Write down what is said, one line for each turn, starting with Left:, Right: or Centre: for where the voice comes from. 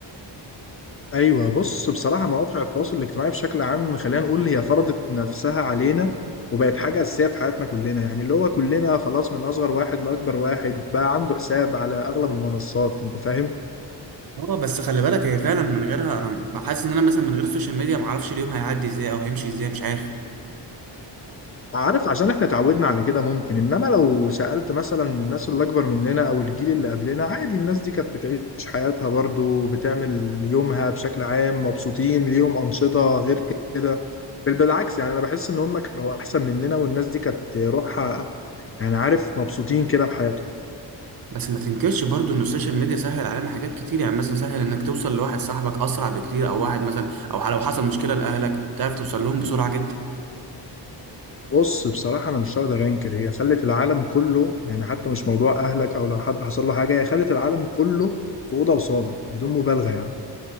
Left: ايوه بص بصراحة مواقع التواصل الاجتماعي بشكل عام خلينا نقول هي فرضت نفسها علينا وبقت حاجة أساسية في حياتنا كلنا يعني اللي هو كلنا خلاص من أصغر واحد لأكبر واحد بقى عنده حساب على أغلب المنصات أنت فاهم
Right: اه بس خلي بالك هي فعلا من غيرها انا حاسس ان انا مثلا من غير السوشيال ميديا ما اعرفش اليوم هيعدي ازاي او هيمشي ازاي مش عارف
Left: عارف عشان احنا اتعودنا على كده ممكن انما لو سألت مثلا الناس اللي اكبر مننا او الجيل اللي قبلنا عادي الناس دي كانت بتعيش حياتها برضو بتعمل يومها بشكل عام مبسوطين ليهم أنشطة غير كده بل بالعكس يعني انا بحس ان هم كانوا احسن مننا والناس دي كانت روحها يعني عارف مبسوطين كده بحياتهم
Right: بس ما تنكرش برضو ان السوشيال ميديا سهل علينا حاجات كتير يعني مثلا سهل انك توصل لواحد صاحبك اسرع بكتير او واحد مثلا او لو حصل مشكله لاهلك تعرف توصل لهم بسرعه جدا
Left: بص بصراحة أنا مش هقدر أنكر هي خلت العالم كله يعني حتى مش موضوع أهلك أو لو حد حصل له حاجة هي خلت العالم كله في أوضة وصالة بدون مبالغة يعني